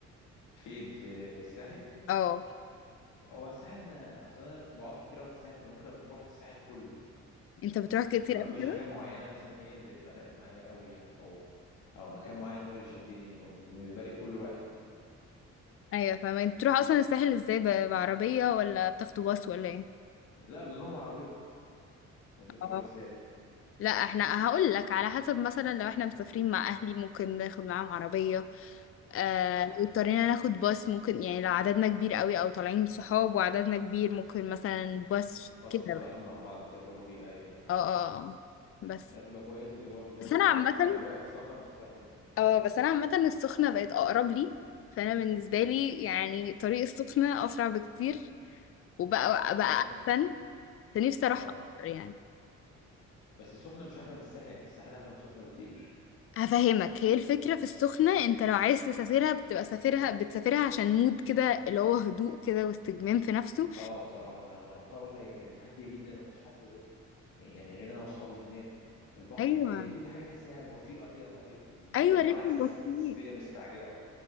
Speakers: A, on the left (about 80°); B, on the left (about 50°).
A: فين في في الساحل
B: اه
A: هو الساحل انا اصلا انا بقعد كتير قوي في الساحل فانا ممكن اكون رحت الساحل كله
B: انت بتروح كتير
A: فما
B: قبل
A: فيش
B: كده
A: حاجة معينة مثلا هي اللي فرقت معايا قوي يعني او او مكان معين هو اللي شدني هو بالنسبة لي كل واحد
B: ايوه فاهمة انت بتروح اصلا الساحل ازاي ب- بعربية ولا بتاخدوا باص ولا ايه
A: لا بنروح بعربية انتوا بتروحوا
B: اه
A: ازاي
B: لا احنا هقول لك على حسب مثلا لو احنا مسافرين مع اهلي ممكن ناخد معاهم عربية آه
A: اه
B: لو اضطرينا ناخد باص ممكن يعني لو عددنا كبير قوي او طالعين صحاب وعددنا كبير ممكن مثلا باص
A: بصوا
B: كده بقى
A: رايحين مع بعض كده تروحوا بيه ايوه ايوه
B: اه اه اه اه. بس
A: ده بتبقى كويسة دي برضو برضو
B: بس انا
A: تبقى
B: عامة
A: اجواء السفر نفسها حلو
B: اه بس انا عامه السخنه بقت اقرب لي فانا بالنسبه لي يعني طريق السخنه اسرع بكتير وبقى بقى
A: بس
B: احسن فنفسي اروحها
A: اه
B: اكتر يعني
A: بس السخنة مش أحلى من الساحل يعني الساحل أحلى من السخنة بكتير
B: هفهمك هي الفكره في السخنه انت لو عايز تسافرها بتبقى سافرها بتسافرها عشان مود كده اللي هو هدوء كده واستجمام في نفسه
A: اه بصراحة أنا لما روحتها برضه هي كانت هادية جدا مفيش حد غير يعني غير أنا وأصحابي هناك البحر
B: ايوه
A: هادي كل حاجة تحسها بطيئة كده وهادية في ال...
B: ايوه
A: أنا
B: رتم
A: عكس الساحل
B: بطيء
A: تحس الدنيا مستعجلة أوي